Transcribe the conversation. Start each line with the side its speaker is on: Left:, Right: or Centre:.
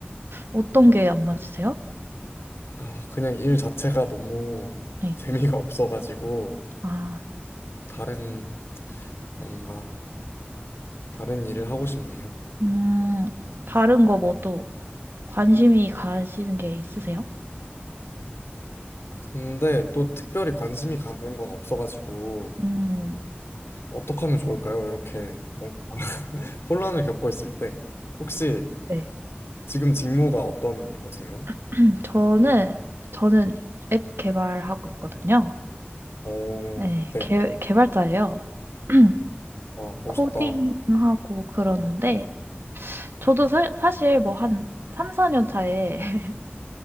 Right: 어떤 게 안 맞으세요?
Left: 아, 그냥 일 자체가 너무
Right: 네.
Left: 재미가 없어가지고
Right: 아.
Left: 다른 뭔가 다른 일을 하고 싶네요.
Right: 음, 다른 거 뭐 또 관심이 가시는 게 있으세요?
Left: 근데 또 특별히 관심이 가는 건 없어가지고
Right: 음,
Left: 어떻게 하면 좋을까요? 이렇게 뭐 혼란을 겪고 있을 때 혹시
Right: 네.
Left: 지금 직무가 어떤 거세요?
Right: <clears throat> 저는, 저는 앱 개발하고 있거든요.
Left: 어,
Right: 네,
Left: 네.
Right: 개, 개발자예요. <clears throat>
Left: 와, 멋있다.
Right: 코딩하고 그러는데, 저도 사, 사실 뭐 한 3, 4년 차에 <laughs>